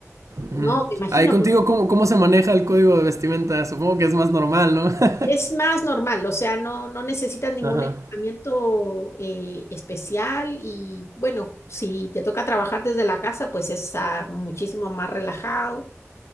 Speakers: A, on the left (about 60°); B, on the right (about 85°).
A: no,
B: Ujú.
A: me imagino.
B: Ahí contigo,
A: por-
B: ¿cómo, cómo se maneja el código de vestimenta? Supongo que es más normal, ¿no? <laughs>
A: Es más normal, o sea, no, no necesitas ningún
B: Ajá.
A: equipamiento eh, especial y bueno, si te toca trabajar desde la casa, pues está muchísimo más relajado.